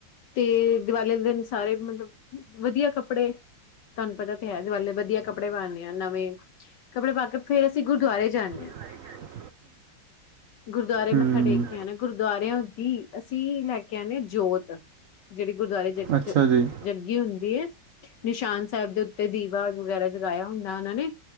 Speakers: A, on the left; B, on the right.
A: ਤੇ ਦਵਾਲੀ ਦੇ ਦੇਨ ਸਾਰੇ ਮਲਬ ਵਦੀਆ ਕੱਪੜੇ ਤਾਨ ਪਤਾ ਤੇ ਹੈ ਦਵਲੀ ਵਦੀਆ ਕੱਪੜੇ ਪਾਨੇ ਆ ਨਵੇਂ, ਕੱਪੜੇ ਪਾ ਕੇ ਫੇਰ ਅਸੀ ਗੁਰਦਵਾਰੇ ਜਾਂਨੇ ਆ।
B: <unintelligible>
A: ਗੁਰਦੁਆਰੇ
B: ਹੂੰ
A: ਮੱਥਾ ਟੇਕ ਕੇ ਆਨਾ ਗੁਰ ਸਾਰੇਆਂ ਦੀ ਅਸੀ ਲੈ ਕੇ ਆਨੇ ਆਂ ਜੋਤ ਜੇੜੀ ਗੁਰਦੁਆਰੇ ਜ
B: ਅੱਛਾ
A: ਜ
B: ਜੀ
A: ਜਗੀ ਹੁਨ <inaudible> ਨਿਸ਼ਾਨ ਸਾਏਬ ਦੇ ਉੱਤੇ ਦੀਵਾ ਵਗੈਰਾ ਜਗਾਏਆ ਹੁੰਦਾ ਓਨਾਂ ਨੇ